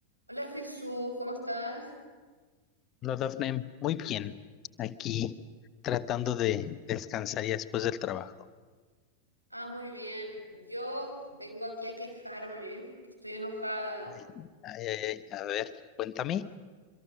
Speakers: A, on the right; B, on the left.
A: Hola Jesús, ¿cómo estás?
B: No, Dafne, muy bien. Aquí tratando de descansar ya después del trabajo.
A: Ah, muy bien. Yo vengo aquí a quejarme, que estoy enojada.
B: Ay, ay, ay, ay, A ver, cuéntame.